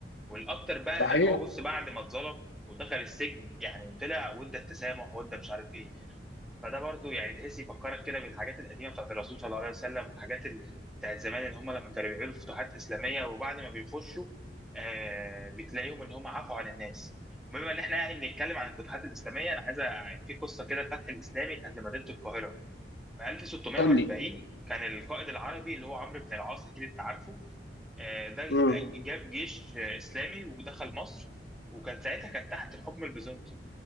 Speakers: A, in the centre; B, on the left (about 80°).
A: والأكتر بقى
B: صحيح
A: إن هو بص بعد ما اتظلم ودخل السجن يعني طلع وادى التسامح وادى مش عارف إيه فده برضو يعني تحس يفكرك كده بالحاجات القديمه بتاعت الرسول صلى الله عليه وسلم والحاجات ال... بتاعت زمان ان هم لما كانوا بيعملوا فتوحات اسلاميه وبعد ما بيخشوا آه بتلاقيهم ان هم عفوا عن الناس بما ان احنا يعني بنتكلم عن الفتوحات الاسلاميه انا عايز أ- في قصه كده الفتح الاسلامي كانت لمدينه القاهره في 1640
B: قول لي
A: كان القائد العربي اللي هو عمرو بن العاص اكيد انت عارفه آه ده
B: مم.
A: جاب جيش آه، اسلامي ودخل مصر وكان ساعتها كانت تحت الحكم البيزنطي